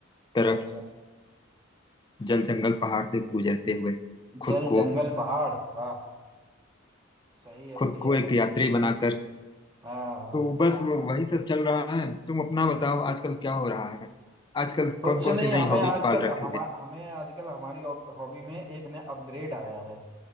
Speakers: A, on the left (about 20°); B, on the right (about 20°).
A: तरफ
B: अच्छा अच्छा
A: जल जंगल पहाड़ से गुजरते हुए खुद
B: जल
A: को
B: जंगल पहाड़ वाह सही है
A: खुद
B: बढ़िया
A: को
B: है
A: एक
B: बढ़िया
A: यात्री बनाकर
B: हाँ हाँ
A: तो बस वो वही सब चल रहा है तुम अपना
B: हाँ।
A: बताओ आजकल क्या हो रहा है आजकल
B: कुछ
A: कौन कौन
B: नहीं
A: सी
B: हमें
A: नई हॉबी
B: आजकल
A: पाल रखी
B: हम
A: है
B: हमें आजकल हमारी हॉबी में एक नया अपग्रेड आया है